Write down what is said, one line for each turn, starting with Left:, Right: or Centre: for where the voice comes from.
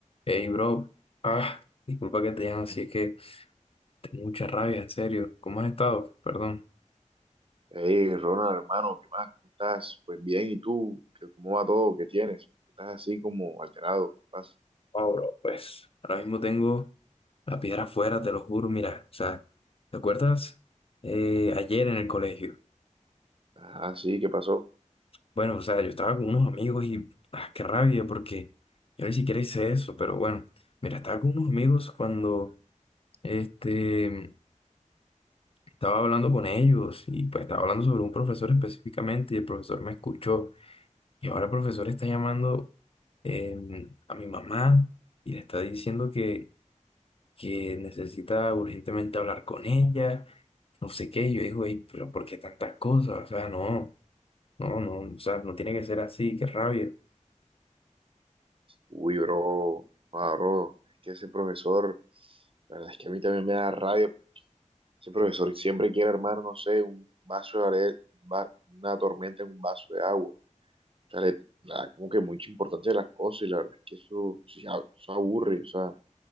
Left: Hey, bro. Ah, disculpa que te llame así, es que tengo mucha rabia, en serio. ¿Cómo has estado? Perdón.
Right: Hey, Ronald, hermano, ¿qué más? ¿Cómo estás? Pues bien, ¿y tú? ¿Qué- ¿Cómo va todo? ¿Qué tienes? Estás así como alterado. ¿Qué pasa?
Left: Oh, bro, pues ahora mismo tengo la piedra afuera, te lo juro. Mira, o sea, ¿te acuerdas? Eh, ayer en el colegio.
Right: Ah, sí, ¿qué pasó?
Left: Bueno, o sea, yo estaba con unos amigos y, ah, qué rabia, porque yo ni siquiera hice eso, pero bueno, mira, estaba con unos amigos cuando, este, estaba hablando con ellos y pues estaba hablando sobre un profesor específicamente y el profesor me escuchó. Y ahora el profesor está llamando em, a mi mamá y le está diciendo que, que necesita urgentemente hablar con ella, no sé qué. Y yo digo, "Ey, pero ¿por qué tantas cosas? O sea, no, no, no, o sea, no tiene que ser así, qué rabia.
Right: Uy, bro, ah, bro, es que ese profesor, la verdad es que a mí también me da rabia. Ese profesor siempre quiere armar, no sé, un vaso de are- un va- una tormenta en un vaso de agua. O sea, le, le como que mucha importancia de las cosas y la verdad es que eso, sí, a- eso aburre, o sea.